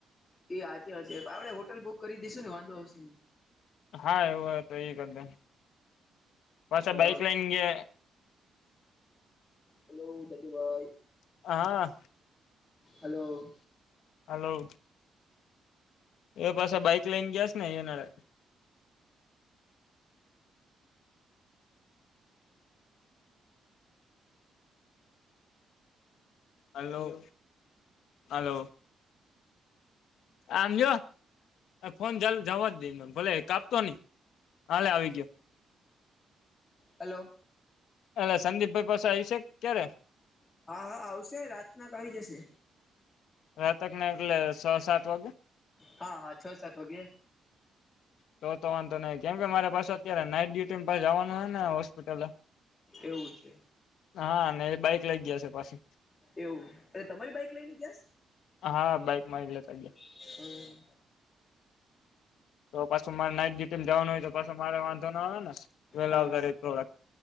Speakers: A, on the left (about 20°); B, on the left (about 85°).
A: એ હચ વા આપણે હોટલ બુક કરી દઈશું ને વાંધો આવશે ને
B: હા એવું હો તો એ કરદ પાછા
A: હલો
B: બાઈક લઈ
A: હલો દાદુભાઈ
B: હા
A: હલો
B: હલોો એ પાસે બાઈક લઈને ગયા છે ને એનાળે હલોો હલોો આમજ ફોન જવા જ દઈ ભલે કાપતો નઈ હાલે આવી ગયો
A: હલો
B: એલે સંદીપભાઈ પાસે આવી છે ક્યારે
A: હા હા આવશે રાત નાક આવી જશે
B: રાતક ના એટલે સવા સાત વાગે
A: હા હા છ સાત વાગે
B: તો તો વાંધો નહી કેમ કે મારે પાસે અત્યારે નાઈટ ડ્યુટી પા જવાનું છે ને હોસ્પિટલ
A: એવું છે
B: હા અને બાઈક લઈ ગયા છે પાછી
A: એવું અ તમારી બાઈક લઈ ને ગયા
B: હા બાઇક માંગલે સગે
A: હમ
B: તો પાછું મારે નાઈટ ડ્યુટી જવાનું હોય તો પાછ મારે વાંધો ના આવે ને પેલા
A: હા
B: આવતા
A: હા
B: ર